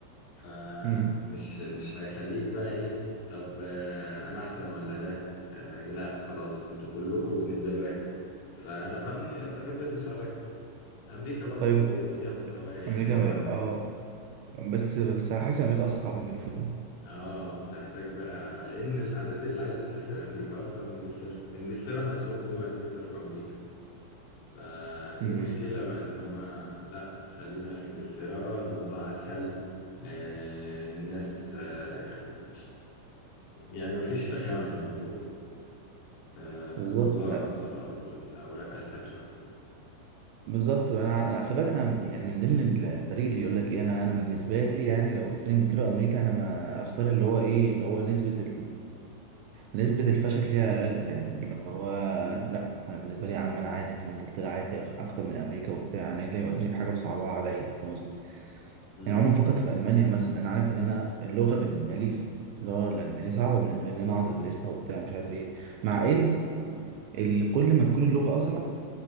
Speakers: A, on the left; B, on the right.
A: فمش
B: امم
A: مش هيخليك بقى ايه طب آه، انا احسن ولا ده آه، لا خلاص انتوا كلكم بالنسبه لي واحد فانا بقى م- بحب المساواه امريكا برضو
B: طيب
A: فيها مساواه يعني
B: امريكا
A: نوعا
B: بقى.
A: ما
B: اه بس بس حاسس امريكا اصعب من انجلترا
A: اه بتحتاج بقى لان الاعداد اللي عايزه تسافر امريكا اكتر من انجلترا انجلترا نفسهم بيبقوا عايزين يسافروا امريكا فدي
B: امم
A: مشكله بقى ان هو لا خلينا في انجلترا الموضوع اسهل آه الناس آه يعني يعني مفيش رخامة في الموضوع آه،
B: بالظبط
A: موضوع
B: لا،
A: السفر والأوراق أسهل شوية
B: بالظبط انا أنا- خلي بالك انا يعني من ضمن الفريق اللي يقول لك ايه انا انا بالنسبه لي يعني لو قلت لي انجلترا وامريكا انا ما اختار اللي هو ايه اللي هو نسبه نسبة الفشل فيها أقل فاهم اللي هو لأ أنا بالنسبة لي يا عم أنا عادي أنا إنجلترا عادي أخ- أكتر من أمريكا وبتاع أنا إيه اللي يوديني في حاجة مصعبة عليا فاهم قصدي؟
A: مم.
B: يعني عمري ما فكرت في ألمانيا مثلا أنا عارف إن أنا اللغة بالنسبة لي س- اللغة الألمانية صعبة بالنسبة لي إن أنا أقعد أدرسها وبتاع ومش عارف إيه مع إن ال- كل ما تكون اللغة أصعب